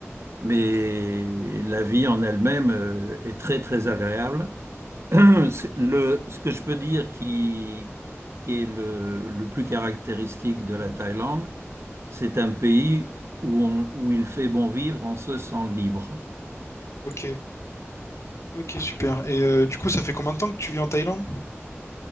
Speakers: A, on the right (about 65°); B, on the left (about 80°).
A: Mais
B: OK.
A: la vie en elle-même euh, est très très agréable. <clears throat> C'est
B: Mhm.
A: Le, ce que je peux dire qui, qui est le, le plus caractéristique de la
B: Mhm.
A: Thaïlande, c'est un pays où, on- où il fait bon vivre en se sent libre.
B: OK. Ok, super. Et euh, du coup, ça fait combien de temps que tu vis en Thaïlande?